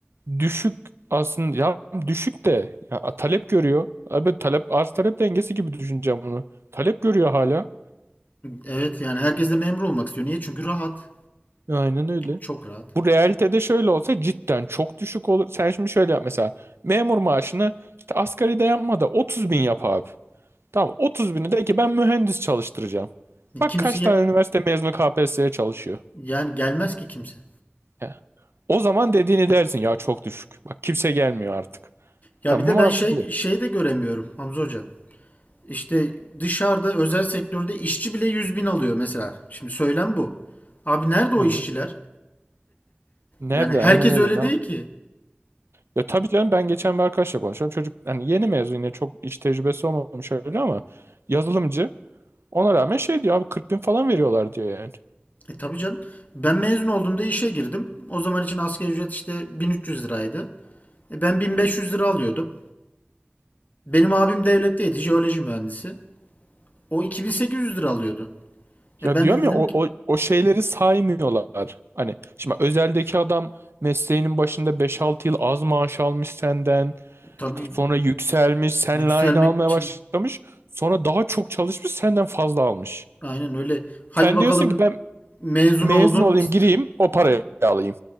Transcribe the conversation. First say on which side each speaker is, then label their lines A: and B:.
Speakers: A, on the right; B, on the left.
A: Düşük aslında ya düşük de ya talep görüyor. Abi talep arz talep dengesi gibi düşüneceğim bunu. Talep görüyor hala.
B: evet yani herkes de memur olmak istiyor. Niye? Çünkü rahat.
A: Aynen öyle.
B: Çok rahat.
A: Bu realitede şöyle olsa cidden çok düşük olur. Sen şimdi şöyle yap mesela. Memur maaşını işte asgari de yapma da 30 bin yap abi. Tamam 30 bini de ki ben mühendis çalıştıracağım. Bak
B: Kimse
A: kaç
B: gel
A: tane üniversite mezunu KPSS'ye çalışıyor.
B: yani gelmez ki kimse.
A: He. O zaman dediğini dersin ya çok düşük. Bak kimse gelmiyor artık.
B: Ya
A: Tamam
B: bir de
A: bu mantıklı.
B: ben şey şeyi de göremiyorum Hamza hocam. İşte dışarıda özel sektörde işçi bile 100 bin alıyor mesela. Şimdi söylem bu. Abi nerede o
A: Hı
B: işçiler?
A: hı. Nerede?
B: Yani herkes
A: Aynen öyle.
B: öyle
A: Ne yap?
B: değil ki.
A: Ya tabii canım ben geçen bir arkadaşla konuşuyorum. Çocuk hani yeni mezun yine çok iş tecrübesi olmamış öyle ama yazılımcı. Ona rağmen şey diyor abi 40 bin falan veriyorlar diyor yani.
B: E tabii canım. Ben mezun olduğumda işe girdim. O zaman için asgari ücret işte 1300 liraydı. E ben 1500 lira alıyordum. Benim abim devletteydi, jeoloji mühendisi. O 2800 lira alıyordu. E
A: Ya
B: ben
A: diyorum
B: de dedim
A: ya o,
B: ki
A: o, o şeyleri saymıyorlar. Hani şimdi özeldeki adam mesleğinin başında beş altı yıl az maaş almış senden.
B: tabii
A: Sonra yükselmiş, seninle
B: yükselmek
A: aynı almaya
B: için
A: başlamış. Sonra daha çok çalışmış, senden fazla almış.
B: aynen öyle. Hadi
A: Sen
B: bakalım
A: diyorsun ki ben
B: mezun
A: mezun
B: oldun.
A: olayım, gireyim, o parayı
B: <laughs>
A: alayım.